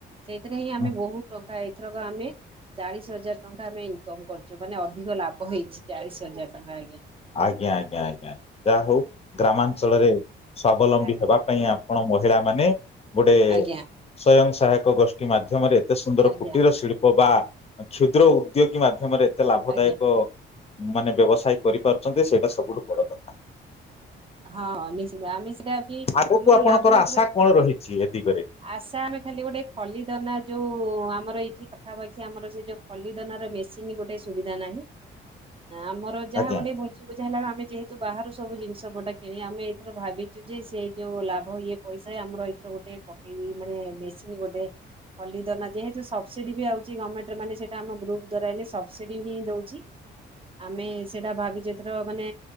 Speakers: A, on the right; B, on the left.
A: ସେଇଥିରେ ହିଁ
B: ହୁଁ।
A: ଆମେ ବହୁତ ଟଙ୍କା ଏଥରକ ଆମେ ଚାଳିଶ ହଜାର ଟଙ୍କା ଆମେ ଇନକମ କରିଚୁ ମାନେ ଅଧିକ ଲାଭ ହେଇଛି ଚାଳିଶ ହଜାର ଟଙ୍କା ଆଜ୍ଞା।
B: ଆଜ୍ଞା ଆଜ୍ଞା ଆଜ୍ଞା ଯାହା ହଉ ଗ୍ରାମାଞ୍ଚଳରେ ସ୍ଵାବଲମ୍ବୀ
A: ଆଜ୍ଞା
B: ହେବା ପାଇଁ ଆପଣ ମହିଳା ମାନେ ଗୋଟେ
A: ଆଜ୍ଞା
B: ସ୍ଵୟଂସହାୟକ ଗୋଷ୍ଠୀ ମାଧ୍ୟମରେ ଏତେ ସୁନ୍ଦର
A: ଆଜ୍ଞା
B: କୁଟୀର ଶିଳ୍ପ ବା କ୍ଷୁଦ୍ର ଉଦ୍ୟୋଗୀ ମାଧ୍ୟମରେ ଏତେ ଲାଭଦାୟକ
A: ଆଜ୍ଞା
B: ମାନେ ବ୍ୟବସାୟ କରିପାରୁଚନ୍ତି ସେଇଟା ସବୁଠୁ ବଡ କଥା
A: ହଁ ନିଶ୍ଚିିତ ଆମେ ସେଟା ବି
B: ଆଗକୁ
A: ଆମର
B: ଆପଣଙ୍କର
A: ଲାଭ ଏଥିରେ
B: ଆଶା କଣ ରହିଛି ଏ ଦିଗରେ?
A: ଆଶା ଆମେ ଖାଲି ଗୋଟେ ଖଲିଦନା ଯୋଉ ଆମର ଏଇଠି ପାଖାପାଖି ଆମର ସେ ଯୋଉ ଖଲିଦନାର ମେସିନି ଗୋଟେ ସୁବିଧା ନାହିଁ ଆମ ର ଯାହା
B: ଆଜ୍ଞା।
A: ଗୋଟେ ଭୋଜି ଭୁଜା ହେଲା ଆମେ ଯେହେତୁ ବାହାରୁ ସବୁ ଜିନିଷ ପଟା କିଣି ଆମେ ଏଥର ଭାବିଚୁ ଯେ ସେଇ ଯୋଉ ଲାଭ ଇଏ ପଇସା ଆମର ଏଇଥର ଗୋଟେ ଏଇ ମାନେ ମେସିନି ଗୋଟେ ଖଲି ଦନା ଯେହେତୁ ସବସିଡି ବି ଆଉଛି ଗମେଣ୍ଟ ର ମାନେ ସେଇଟା ଆମ ଗ୍ରୁପ୍ ଦ୍ଵାରା ହେଲେ ସବସିଡି ହିଁ ଦଉଚି। ଆମେ ସେଇଟା ଭାବିଚୁ ଏଥର ମାନେ